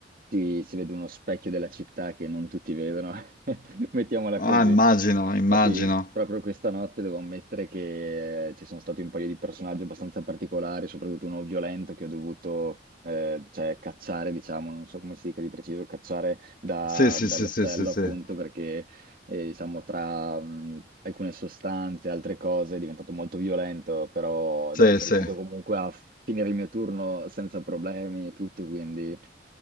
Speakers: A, on the right (about 50°); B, on the left (about 45°).
A: si, si vede uno specchio della città che non tutti vedono, <laughs> mettiamola
B: Ah,
A: così.
B: immagino, immagino.
A: Infatti, proprio questa notte devo ammettere che eh, ci sono stati un paio di personaggi abbastanza particolari, soprattutto uno violento che ho dovuto eh, cioè, cacciare, diciamo, non so come si dica di preciso, cacciare da-
B: Sì, sì,
A: dall'ostello
B: sì, sì, sì, sì.
A: appunto perché e, diciamo, tra mh, alcune sostanze e altre cose è diventato molto violento, però
B: Sì,
A: dai, sono
B: sì,
A: riuscito comunque a finire il mio turno senza problemi e tutto, quindi